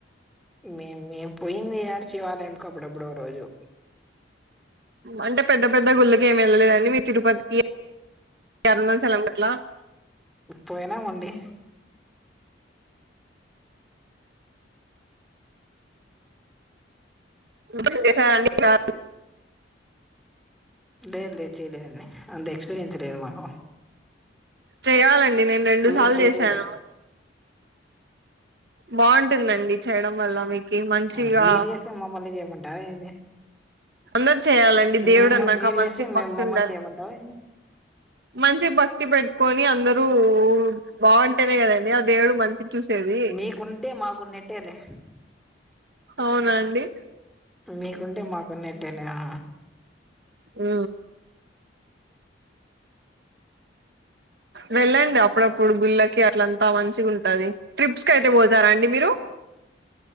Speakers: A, in the centre; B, on the right (about 55°).
A: మేమ్ మేము పోయింది. యాటచివాలయం కాప్పుడప్పుడు ఓ రోజు
B: అంటే పెద్ద పెద్ద గుళ్ళకి ఏమి వెళ్ళలేదండి మీ తిరుపతికి కేరల్నుంచి చెెలమట్లా
A: పోయనామండి.
B: పూజలు జేశారండి కా <inaudible>
A: లేదు లేదు చేయలేండి. అంత ఎక్స్పీరియన్స్ లేదు మాకు
B: చెయ్యాలండి నేను రెండు
A: లేదు
B: సాల్
A: చేయలేదు
B: చేసాను. బాగుంటుందండి చేయడం వల్ల మీకి మంచిగా
A: ఉమ్, మీరు చేస్తే మమ్మల్ని చేయమంటారా ఏంది
B: అందరు చేయాలండి. దేవుడు
A: మీ
B: అన్నాక
A: మీరు
B: మంచి
A: చేస్తే మేము
B: భక్తి
A: మమ్మల్ని
B: ఉండాలి.
A: చేయమంటారా ఏంది
B: మంచి భక్తి పెట్టుకోని అందరు బాన్ తెలేగాదండి అదేవుడు మంచి చూసేది
A: మీకుంటే మాకున్నేట్టేలే
B: అవునాండి.
A: మీకుంటే మాకున్నట్టేలే ఆ
B: ఉ వెళ్ళండి అప్పుడప్పుడు గుళ్ళకి అట్లంతా మంచిగా ఉంటది. ట్రిప్స్ కైతే పోతారా అండి. మీరు